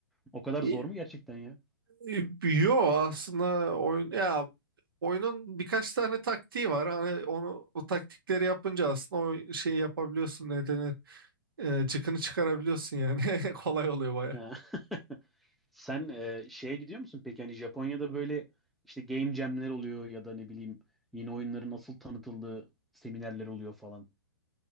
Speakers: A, in the centre; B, on the right.
A: O kadar
B: Y-
A: zor mu gerçekten ya?
B: y- Yo aslında oyun ya oyunun birkaç tane taktiği var. Hani onu o taktikleri yapınca aslında o şeyi yapabiliyorsun ne denir? E, cıkını çıkarabiliyorsun yani. <laughs> Kolay oluyor baya.
A: Ha. <laughs> Sen e, şeye gidiyor musun peki? Hani Japonya'da böyle işte game jam'ler oluyor ya da ne bileyim yeni oyunların asıl tanıtıldığı seminerler oluyor falan.